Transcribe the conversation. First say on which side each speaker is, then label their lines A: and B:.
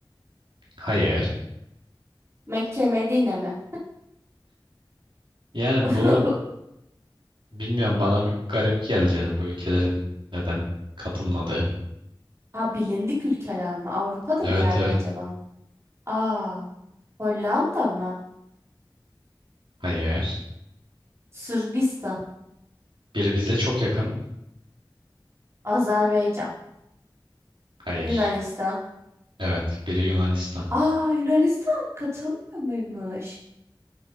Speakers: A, on the right; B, on the right.
A: Hayır.
B: Mekke, Medine mi?
A: Yani
B: <laughs>
A: bu bilmiyorum bana bir garip geldi yani bu ülkelerin neden katılmadığı.
B: Aa, bilindik ülkeler mi? Avrupa'da
A: Evet
B: bir yer
A: evet.
B: mi acaba? Aa, Hollanda mı?
A: Hayır.
B: Sırbistan,
A: Biri bize çok yakın.
B: Azerbaycan,
A: Hayır.
B: Yunanistan.
A: Evet. Biri Yunanistan.
B: Aa, Yunanistan katılmıyor muymuş?